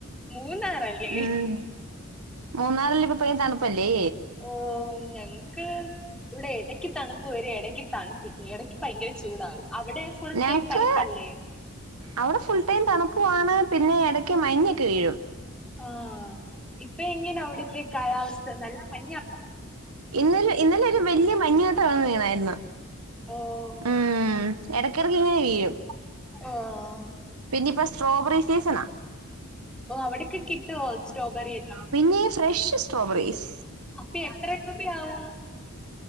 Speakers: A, in the centre; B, on the right (about 85°).
A: മൂന്നാറല്ലേ?
B: ഉം. മൂന്നാറിലിപ്പോ തണുപ്പല്ലേ.
A: ഓഹ് ഞങ്ങക്ക് ഇവിടെ എട ടക്ക് തണുപ്പ് വരും ഇടയ്ക്ക് തണുപ്പിക്കും ഇടക്ക് ഭയങ്കര ചൂടാവും അവിടെ ഫുൾ
B: ഞങ്ങക്ക്
A: ടൈം തണുപ്പല്ലേ.
B: അവിടെ ഫുൾ ടൈം തണുപ്പുവാണ്, പിന്നെ ഇടയ്ക്ക് മഞ്ഞൊക്കെ വീഴും.
A: ആഹ് ഇപ്പോ എങ്ങനെ അവിടത്തെ കാലാവസ്ഥ നല്ല മഞ്ഞാണോ.
B: ഇന്നലെ ഇന്നലെ ഒരു വലിയ മഞ്ഞ് കട്ട വടെ വീണായിരുന്നു.
A: ഓഹ്
B: ആഹ് എടക്കിടക്ക് ഇങ്ങനെ വീഴും.
A: ആഹ്
B: പിന്നെപ്പോ സ്ട്രോബറി സീസണാ
A: ഓഹ് അവിടൊക്കെ കിട്ടുവോ സ്ട്രോബെറി എല്ലാം?
B: പിന്നെ. Fresh strawberries.
A: അപ്പോ എത്ര രൂപയാവും?